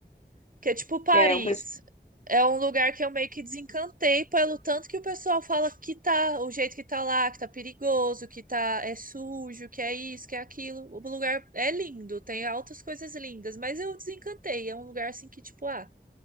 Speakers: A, on the right (about 50°); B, on the left (about 40°).
A: Porque, tipo, Paris
B: É, um, pes-
A: é um lugar que eu meio que desencantei pelo tanto que o pessoal fala que tá, o jeito que tá lá, que tá perigoso, que tá, é sujo, que é isso, que é aquilo. O lugar é lindo, tem altas coisas lindas, mas eu desencantei. É um lugar assim que, tipo, ah,